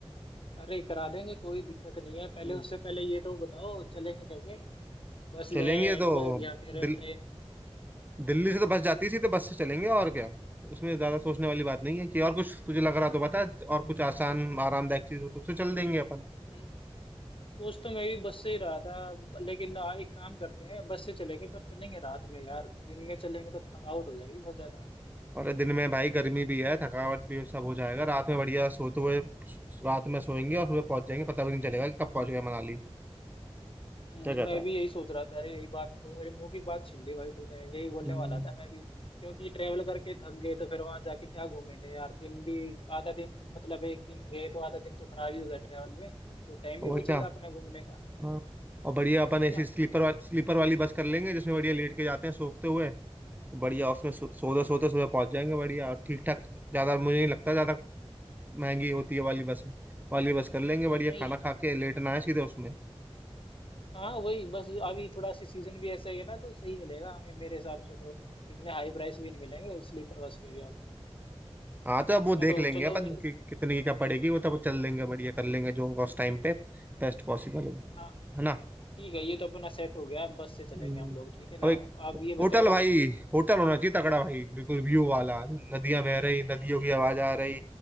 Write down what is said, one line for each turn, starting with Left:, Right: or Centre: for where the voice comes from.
Left: अरे करा देंगे कोई दिक्कत नहीं है पहले
Right: हम्म।
Left: उससे पहले ये तो बताओ चलेंगे कैसे बस
Right: चलेंगे
Left: लें
Right: तो
Left: ब, या फिर
Right: दिल,
Left: ट्रेन
Right: दिल्ली से तो बस जाती थी तो बस से चलेंगे और क्या उसमें ज्यादा सोचने वाली
Left: हम्म,
Right: बात नहीं है कि और कुछ तुझे लग रहा तो बता और कुछ आसान आरामदायक चीज हो तो उससे चल देंगे अपन
Left: हम्म, सोच तो मैं भी बस से ही रहा था लेकिन आ, एक काम करते हैं बस से चलेंगे पर चलेंगे रात में यार दिन में चलेंगे तो थकावट हो जाएगी बहुत ज्यादा
Right: और दिन में भाई गर्मी भी है थकावट भी सब हो जाएगा रात में बढ़िया सोते हुए रात में सोएंगे और सुबह पहुंच जाएंगे पता भी नहीं चलेगा कि कब पहुंच गए मनाली
Left: हम्म,
Right: क्या कहता
Left: मैं
Right: है
Left: भी यही सोच रहा था यही बात मेरे मुंह की बात छीन ली भाई तूने यही बोलने
Right: हम्म।
Left: वाला था मैं भी क्योंकि ट्रेवल करके थक गए तो फिर वहां जाके क्या घूमेंगे यार दिन भी आधा दिन मतलब एक दिन गए तो आधा दिन तो खराब ही होगा ट्रेवल में तो टाइम
Right: वही
Left: भी बचेगा
Right: ना
Left: अपना घूमने का
Right: हाँ। और बढ़िया अपन ऐसी
Left: है ना
Right: स्लीपर वा, स्लीपर वाली बस कर लेंगे जिसमें बढ़िया लेट के जाते हैं सोखते हुए बढ़िया उसमें सो, सोते सोते सुबह पहुंच जाएंगे बढ़िया और ठीक ठाक ज्यादा मुझे नहीं लगता ज्यादा महंगी होती है वाली बसें वाली बस कर लेंगे बढ़िया
Left: नहीं
Right: खाना खा के लेटना है सीधे उसमें
Left: हाँ वही बस अभी थोड़ा सी सीजन भी ऐसा ही है ना तो सही मिलेगा हमें मेरे हिसाब से तो इतने हाई प्राइस भी नहीं मिलेंगे स्लीपर बस के भी अब
Right: हाँ तो अब वो
Left: है
Right: देख
Left: ना तो
Right: लेंगे
Left: चलो
Right: अपन कि, कितने की क्या पड़ेगी वो तो अब चल लेंगे बढ़िया कर लेंगे जो होगा उस टाइम पे बेस्ट पॉसिबल होगा
Left: हाँ
Right: है ना
Left: ठीक है ये तो अपना सेट हो गया अब बस से चलेंगे
Right: हम्म,
Left: हम लोग ठीक है ना
Right: अब एक
Left: अब ये बताओ
Right: होटल भाई होटल होना चाहिए तगड़ा भाई बिल्कुल व्यू वाला नदियां बह रही नदियों की आवाज आ रही